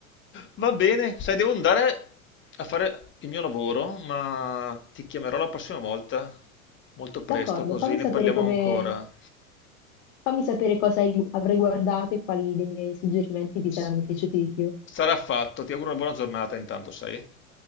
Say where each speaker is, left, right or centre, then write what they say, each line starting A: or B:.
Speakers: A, on the left; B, on the left.
A: Va bene, sai, devo andare a fare il mio lavoro, ma ti chiamerò la prossima volta, molto presto,
B: D'accordo,
A: così
B: fammi
A: ne
B: sapere
A: parliamo
B: come,
A: ancora.
B: fammi sapere cosa hai- avrai guardato e quali dei miei suggerimenti ti
A: S-
B: saranno piaciuti di più.
A: Sarà fatto, ti auguro una buona giornata intanto, sai?